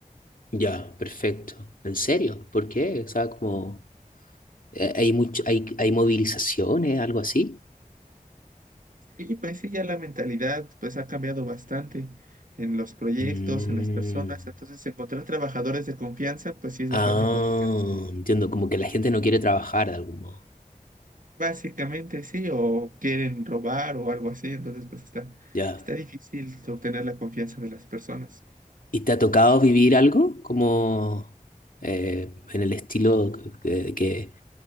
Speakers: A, on the left; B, on the right.
A: ya, perfecto. ¿En serio? ¿Por qué? O sea, como... Eh, ¿Hay mucho, hay, hay movilizaciones, algo así?
B: Y pues sí, ya la mentalidad pues ha cambiado bastante en los proyectos,
A: Mm.
B: en las personas, entonces encontrar trabajadores de confianza pues sí es
A: Ah,
B: bastante complicado.
A: entiendo, como que la gente no quiere trabajar de algún modo.
B: Básicamente sí, o quieren robar o algo así, entonces pues está,
A: Ya.
B: está difícil obtener la confianza de las personas.
A: ¿Y te ha tocado vivir algo como eh, en el estilo que, que